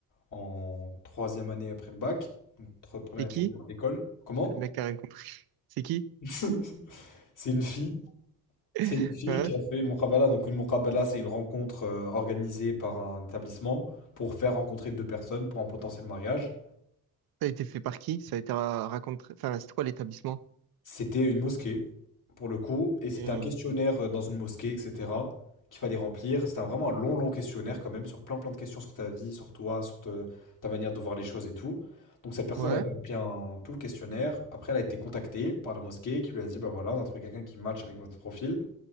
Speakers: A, on the left; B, on the right.
A: en troisième année après le bac, donc tro- première
B: C'est
A: étude
B: qui?
A: d'école. Comment?
B: Le mec a raconté. C'est qui?
A: <laughs> C'est une fille.
B: <laughs>
A: C'est une fille qui a fait une muqabala. Donc une muqabala, c'est une rencontre euh, organisée par un établissement pour faire rencontrer deux personnes pour un potentiel mariage.
B: Ça a été fait par qui? Ça a été ra- raconté. Enfin, c'était quoi l'établissement?
A: C'était une mosquée, pour le coup, et c'était
B: Euh,
A: un questionnaire euh, dans une mosquée, etc., qu'il fallait remplir. C'était un- vraiment un long, long questionnaire quand même, sur plein, plein de questions sur ta vie, sur toi, sur te- ta manière de voir les choses et tout. Donc cette personne
B: Ouais.
A: avait rempli un- tout le questionnaire. Après, elle a été contactée par la mosquée qui lui a dit, bah voilà, on a trouvé quelqu'un qui match avec votre profil.